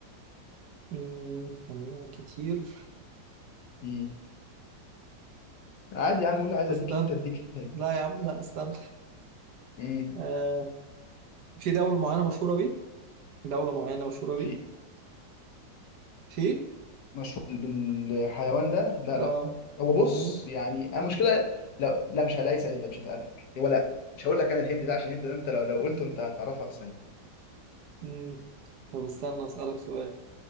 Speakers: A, on the right; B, on the left.
A: مم، انواع كتير
B: مم. عادي يا عم قول عايز اديك
A: استنى
B: هنت اديك هنت
A: لا يا عم لا استنى
B: امم
A: آه في دولة معينة مشهورة بيه دولة معينة مشهورة بيه
B: في
A: في
B: مشهور بالحيوان ده لا لا
A: اه
B: هو بص
A: عموما
B: يعني انا مشكله لا لا مش هلاقي اسال انت مش هسالك هو لا مش هقول لك انا الهنت ده عشان الهنت ده انت لو لو قلته انت هتعرفها في ثانيه
A: مم. طب استنى أسألك سؤال